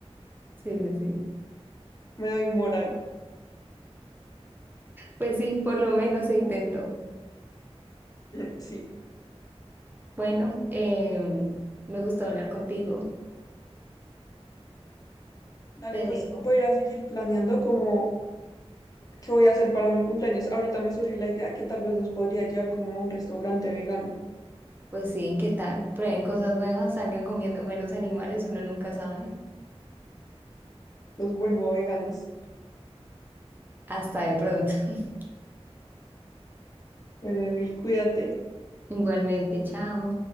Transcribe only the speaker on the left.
Me doy moral.
<laughs> Sí.
Dale,
pues
voy a ir a seguir planeando como qué voy a hacer para mi cumpleaños. Ahorita me surge la idea que tal vez los podría llevar como a un restaurante vegano.
Los vuelvo veganos.
Bueno, Emily, cuídate.